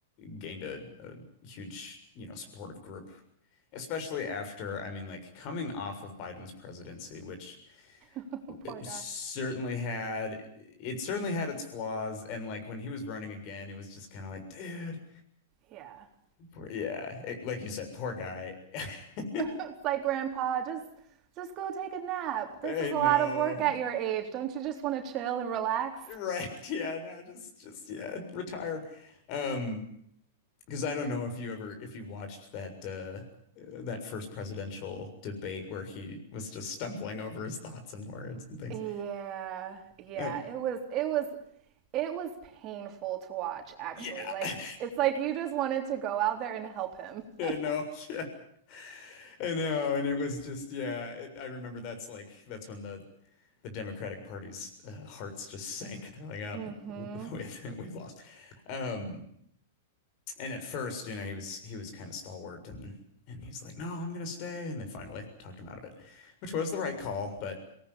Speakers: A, on the left (about 45°); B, on the right (about 40°).
A: gained a, a huge, you know, supportive group. Especially after, I mean, like coming off of Biden's presidency, which
B: <laughs> Poor
A: it
B: guy.
A: certainly had, it certainly had its flaws. And like when he was running again, it was just kind of like, dude,
B: Yeah. <laughs>
A: poor, yeah, it- like you said, poor guy. <laughs>
B: It's like grandpa, just just go take a nap.
A: I
B: This is
A: know.
B: a lot of work at your age. Don't you just want to chill and relax?
A: Right. Yeah. No, just, just, yeah, retire. Um, Because I don't know if you ever if you watched that uh, that first presidential debate where he was just stumbling over his thoughts and words
B: <laughs>
A: and things.
B: yeah. Yeah.
A: Um,
B: It was it was it was painful to watch actually.
A: yeah,
B: Like
A: <laughs>
B: it's like you just wanted to go out there and help him.
A: I
B: <laughs>
A: know, yeah, I know, and it was just yeah. It, I remember that's like that's when the the Democratic Party's uh, hearts just sank. They're like, up,
B: mm mhm.
A: we've <laughs> we've lost. Um, and at first, you know, he was he was kind of stalwart and and he's like, no, I'm gonna stay. And they finally talked him out of it, which was the right call, but